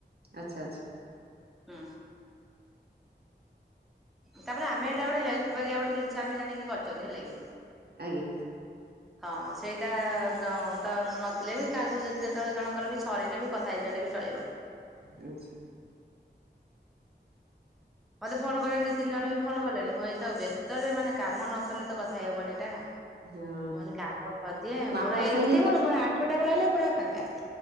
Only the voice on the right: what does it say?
ଆଚ୍ଛା ଆଚ୍ଛା।
ଆଜ୍ଞା।
ଆଚ୍ଛା
ହଁ।
ମୁଁ
ଆପଣ
ସାଙ୍ଗେ କ